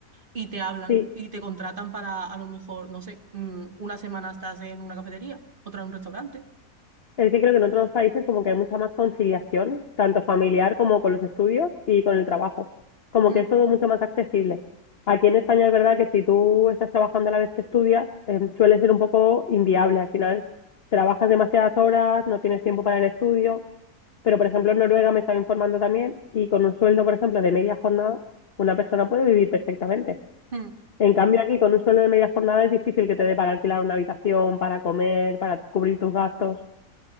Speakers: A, on the right (about 35°); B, on the left (about 45°).
A: y te hablan
B: Sí,
A: y te contratan para a lo mejor, no sé, mm, una semana estás en una cafetería, otra en un restaurante.
B: Es que creo que en otros países como que hay mucha más conciliación, tanto familiar como con los estudios y con el trabajo. Como
A: Mm.
B: que es todo mucho más accesible. Aquí en España es verdad que si tú estás trabajando a la vez que estudias, eh, suele ser un poco inviable. Al final trabajas demasiadas horas, no tienes tiempo para el estudio. Pero, por ejemplo, en Noruega me estaba informando también y con un sueldo, por ejemplo, de media jornada, una persona puede vivir perfectamente.
A: Mm.
B: En cambio, aquí con un sueldo de media jornada es difícil que te dé para alquilar una habitación, para comer, para cubrir tus gastos.